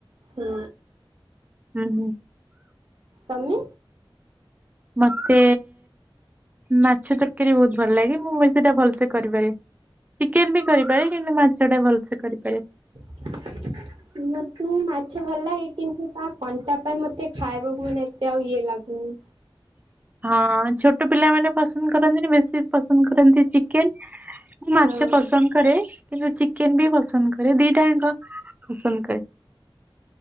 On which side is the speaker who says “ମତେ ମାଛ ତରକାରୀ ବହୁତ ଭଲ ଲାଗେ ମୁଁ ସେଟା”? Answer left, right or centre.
Right